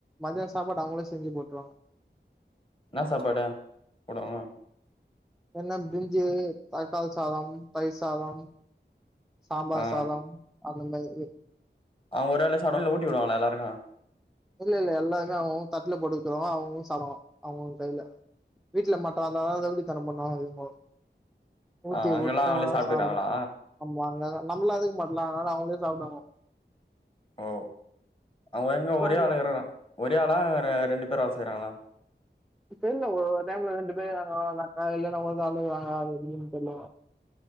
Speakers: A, in the centre; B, on the left.
A: மதியம் ஸ்கூ சாப்பாடு அவங்களே செஞ்சு போட்றுவாங்க
B: என்ன சாப்பாடு போடுவாங்க
A: என்ன பிரிஞ்சு தக்காளி சாதம் தயிர் சாதம் சாம்பார்
B: ஆ
A: சாதம் அது அந்த இ
B: அவங்க ஒரு ஆளே சாப்பிடுவாங்கள ஊட்டி விடுவாங்களா எல்லாருக்கும்
A: இல்ல இல்ல எல்லாருமே அவ் அவங்க தட்டுல போட்டுகொடுத்துருவாங்க அவ் அவங்க சாப்டுவாங்க அவ் அவங்க கையில வீட்டுல மட்டும் வந்த தா மத்தபடி தனம் பன்னுவாங்க இவ்ங்கோ ஊட்டி
B: ஆ அங்கெல்லா
A: உட்டாதா
B: அவங்களே சாப்ட்டுறாங்களா
A: சாப்புடுவா ஆமா அங்க நம்மல்லலையு பண்ணலா ஆனா அவங்களே சாப்புடுவாங்க
B: ஓ அவங் என் ஒரே
A: இல்ல
B: ஆளு ஒரே ஆளா ரெண்டு பேர் வேலசெய்றாங்களா
A: தெரியல ஒவ்வரு டைம்ல ரெண் செய்றாங்க நா இல்லேன்னா உக்கந்துக்குறாங்க எப்படின்னு தெரில